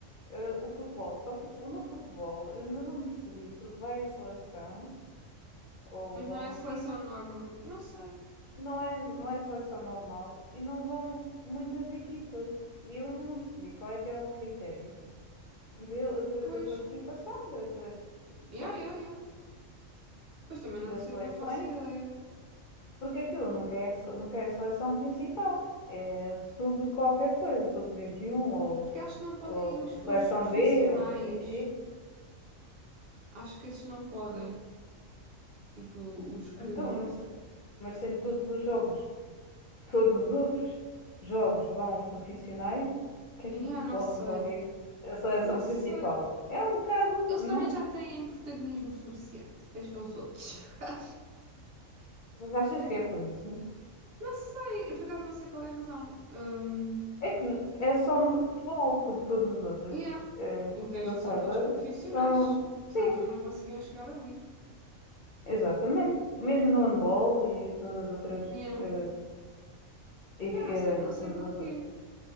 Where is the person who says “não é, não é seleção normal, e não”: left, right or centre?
Left